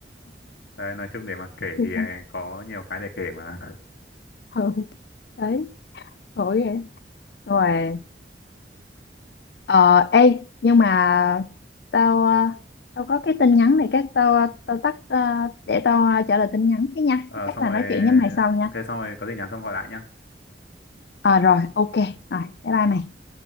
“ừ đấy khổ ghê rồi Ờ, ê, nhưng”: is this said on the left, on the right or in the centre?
Left